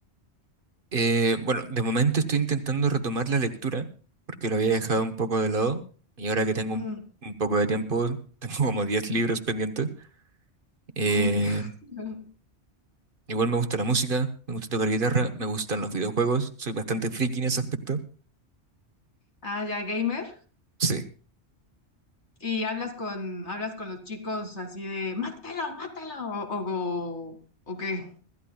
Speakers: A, on the right; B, on the left.
A: Eh, bueno, de momento estoy intentando retomar la lectura porque lo había dejado un poco de lado y ahora que tengo
B: Mm,
A: un, un poco de tiempo, <laughs> tengo como 10 libros pendientes. eh,
B: uy. <laughs>
A: Igual me gusta la música, me gusta tocar guitarra, me gustan los videojuegos, soy bastante friki en ese aspecto.
B: Ah, ya, gamer.
A: Sí.
B: Y hablas con, hablas con los chicos así de, mátalo, mátalo, o, o, o qué.